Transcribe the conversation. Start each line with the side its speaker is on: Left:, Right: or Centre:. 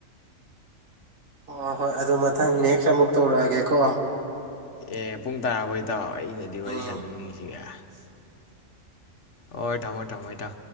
Right: ꯑꯣ ꯍꯣꯏ ꯑꯗꯨ ꯃꯊꯪ ꯅꯦꯛꯁ ꯑꯃꯨꯛ ꯇꯧꯔꯛꯑꯒꯦꯀꯣ
Left: ꯑꯦ ꯄꯨꯡ ꯇꯔꯥꯕꯣ ꯏꯇꯥꯎꯑꯩ ꯑꯩꯅꯗꯤ ꯋꯥꯔꯤ
Right: ꯎꯝ
Left: ꯁꯥꯟꯅꯅꯤꯡꯉꯤꯁꯤꯒ ꯍꯣꯏ ꯊꯥꯡꯃꯣꯏ ꯊꯥꯡꯃꯣꯏ ꯊ